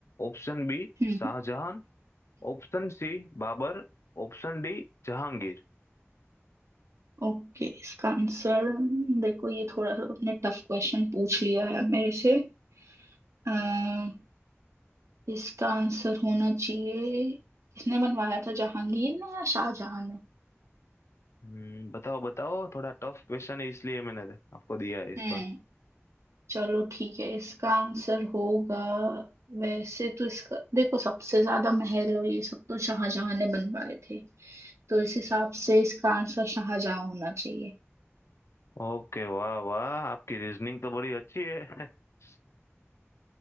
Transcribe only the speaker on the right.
हम्म,
ओके इसका आंसर देखो ये थोड़ा सा तुमने टफ क्वेश्चन पूछ लिया है मेरे से आ, इसका आंसर होना चाहिए किसने बनवाया था जहांगीर ने या शाहजहां ने
हम्म
चलो ठीक है इसका आंसर होगा वैसे तो इसका देखो सबसे ज्यादा महल और ये सब तो शाहजहां ने बनवाए थे तो इस हिसाब से इसका आंसर शाहजहां होना चाहिए